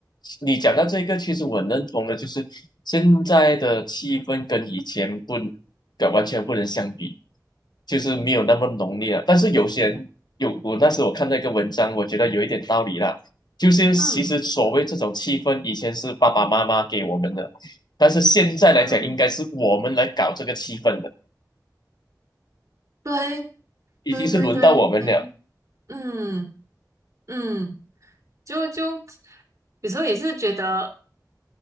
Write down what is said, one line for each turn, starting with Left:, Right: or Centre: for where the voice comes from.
Left: 你讲到这个，其实我认同的，就是现在的气氛跟以前不，跟完全不能相比，就是没有那么浓烈了。但是有些人有，我那时候我看到一个文章，我觉得有一点道理啦，就是其实所谓这种气氛，
Right: 嗯
Left: 以前是爸爸妈妈给我们的，但是现在来讲，
Right: 嗯，
Left: 应该是我们来搞这个气氛的，
Right: 对
Left: 已经是轮到我们了。
Right: 对对对对，嗯嗯。就就有时候也是觉得，